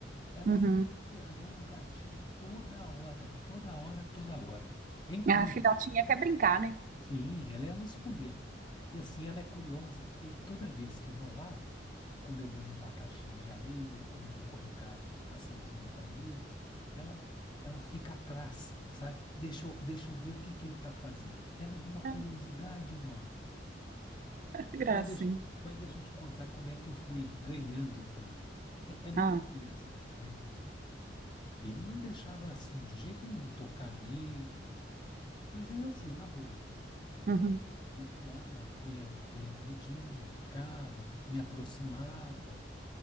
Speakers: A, on the left; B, on the right.
A: Ela
B: Uhum.
A: fica infernando o gatinho toda hora, toda hora, toda hora. É incrível.
B: A filhotinha quer brincar, né?
A: Sim, ela é uma espoleta. E assim, ela é curiosa, porque toda vez que eu vou lá, quando eu vou limpar a caixinha de areia, quando eu vou colocar raçãozinha para eles, ela, ela fica atrás, sabe? Deixa eu, deixa eu ver o que que ele está fazendo. Ela é de uma
B: Ah,
A: curiosidade enorme.
B: gracinha.
A: Mas deixa, mas deixa eu te contar como é que eu fui ganhando o Thunder. É, é muito
B: Ah,
A: interessante, né? Ele não deixava assim, de jeito nenhum, tocar nele, mas aí eu fui na boa.
B: uhum.
A: Fico lá, punha, punha comidinha, ficava, me aproximava,